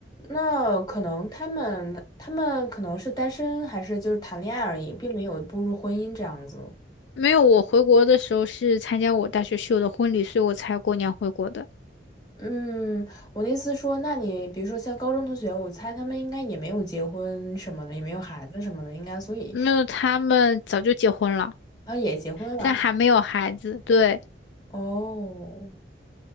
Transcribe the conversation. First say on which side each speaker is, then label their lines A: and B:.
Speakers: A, on the left; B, on the left.
A: 那可能他们他们可能是单身，还是就是谈恋爱而已，并没有步入婚姻这样子。
B: 没有，我回国的时候是参加我大学室友的婚礼，所以我才过年回国的。
A: 嗯，我的意思说，那你比如说像高中同学，我猜他们应该也没有结婚什么的，也没有孩子什么的，应该，所以
B: 没有，他们早就结婚了，
A: 他也结婚了。
B: 但还没有孩子。对，
A: 哦，